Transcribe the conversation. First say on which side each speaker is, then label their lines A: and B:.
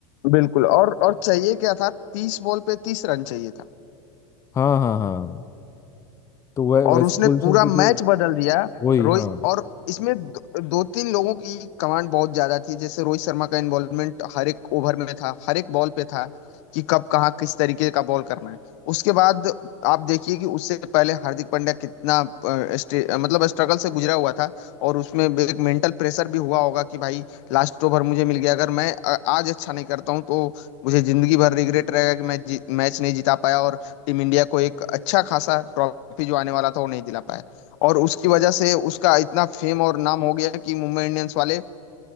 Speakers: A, on the left (about 60°); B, on the left (about 15°).
A: बिल्कुल और और चाहिए क्या था तीस बॉल पे तीस रन चाहिए था
B: हाँ हाँ हाँ तो वै,
A: और
B: वैसे
A: उसने
B: पोजीशन
A: पूरा
B: तो,
A: मैच
B: तो
A: बदल दिया
B: वही
A: रोहित
B: हाँ
A: और इसमें दो, दो तीन लोगों की कमांड बहुत ज्यादा थी जैसे रोहित शर्मा का इन्वॉल्वमेंट हर एक ओवर में था हर एक बॉल पे था कि कब कहाँ किस तरीके का बॉल करना है उसके बाद आप देखिए कि उससे पहले हार्दिक पांड्या कितना अ, स्टे- अ, मतलब स्ट्रगल से गुजरा हुआ था और उसमें एक मेंटल प्रेशर भी हुआ होगा कि भाई लास्ट ओवर मुझे मिल गया अगर मैं अ, आज अच्छा नहीं करता हूँ तो मुझे जिंदगी भर रिग्रेट रहेगा कि मैं जी, मैच नहीं जीता पाया और टीम इंडिया को एक अच्छा खासा ट्रॉफी जो आने वाला था वो नहीं दिला पाया और उसकी वजह से उसका इतना फेम और नाम हो गया कि मुंबई इंडियंस वाले